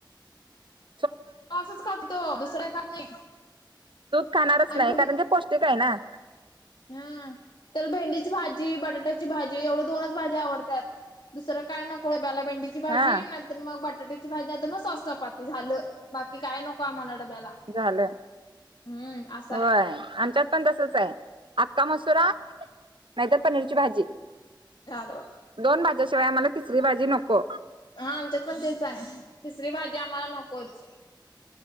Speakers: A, on the right; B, on the left.
A: ह. <inaudible>
B: असंच करते तो दुसर्या का नाही.
A: दूध खाणारच
B: आणि
A: नाही कारण ते पौष्टिक आहे ना.
B: हम त्याला भेंडीची भाजी बटाट्याची भाजी एवढ्या दोनच भाजी आवडतात. दुसरंय नको्याला भें. भाजी
A: हा
B: नाहीर मग बटाट्याची भाजी नाहीर मग सव चपाती झालं बाकी काय नको आम्हाला डब्याला.
A: झालं
B: हम्म असं
A: होय
B: आहे
A: आमच्यात. पण तसच आहे अखका मसुरा नाहीतर पनीरची भाजी.
B: लवा.
A: दोन भाज्याशिवाय आम्हाला तिसरी भाजी नको.
B: हा आमच्यात पण तेच आहे तिसरी भाजी आम्हाला नकोच.